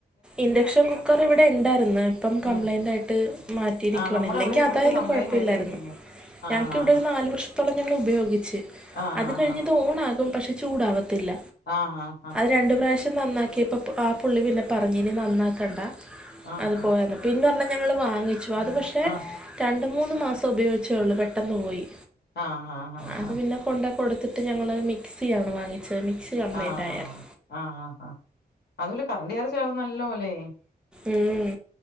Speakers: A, in the centre; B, on the left.
A: ഇൻഡക്ഷൻ കുക്കർ ഇവിടെ ഇണ്ടായിരുന്നു ഇപ്പം കംപ്ലയിന്റ്
B: ഉം
A: ആയിട്ട് മാ മാറ്റിയിരിക്കുവാണ്
B: ആഹ് നമ്മുടെ
A: ഇല്ലെങ്കി
B: അവിടെ ഇവിടുത്തെ
A: അതായാലും
B: കംപ്ലൈന്റ്
A: കൊഴപ്പില്ലാരുന്നു
B: ആയിട്ടിരിക്കുന്നു ആഹ്
A: ഞങ്ങക്ക് ഇവിടൊരു നാല് വർഷത്തോളം ഞങ്ങൾ ഉപയോഗിച്ച്
B: ആഹ്
A: അത്
B: ആഹ്
A: കഴിഞ്ഞിത് ഓൺ ആ കും പക്ഷെ ചൂടാവതില്ല
B: ആഹ് ഹ ഹാ
A: രണ്ടു പ്രാവശ്യം നന്നാക്കിയപ്പോ ആ പുള്ളി പിന്നെ പറഞ്ഞ് ഇനി നന്നാക്കണ്ടാ
B: ആഹ്
A: അതു പോയന്ന് പിന്നെ ഒരെണ്ണം ഞങ്ങള് വാങ്ങിച്ചു അത് പക്ഷേ
B: ആഹ്
A: രണ്ടു മൂന്ന് മാസം ഉപയോഗിച്ചൊള്ളു പെട്ടന്ന് പോയി
B: ആഹ് ഹാ ഹാ ഹാ
A: അത് പിന്നെ കൊണ്ട കൊടുത്തിട്ട് ഞങ്ങള് മിക്സിയാണ് വാങ്ങിച്ചത് മിക്സി കംപ്ലൈൻ്റ്
B: ആഹ്
A: ആയായിരുന്നു
B: ആ ആഹ് ഹാ അതു പോലെ കറണ്ട് ചാർജാവും നല്ല പോലെ
A: ഉം